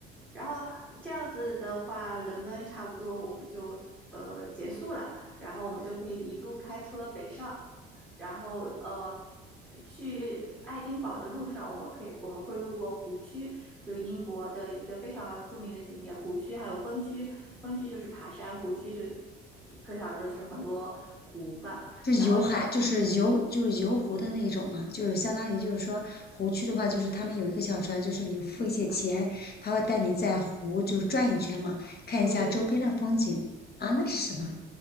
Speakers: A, in the centre; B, on the left.
A: 然后这样子的话，伦敦差不多我们就呃结束了，然后我们就可以一路开车北上，然后呃去爱丁堡的路上，我们可以我们会路过湖区，就英国的一个非常著名的景点湖区，还有峰区，峰区就是爬山，湖区就可想而知就是很多湖吧，
B: 是游海，
A: 然后它
B: 就是游，就是游湖的那一种嘛，就是相当于就是说湖区的话，就是他们有一个小船，就是你付一些钱，他会带你在湖就转一圈嘛，看一下周边的风景。
A: 不是。
B: 啊，那是什么？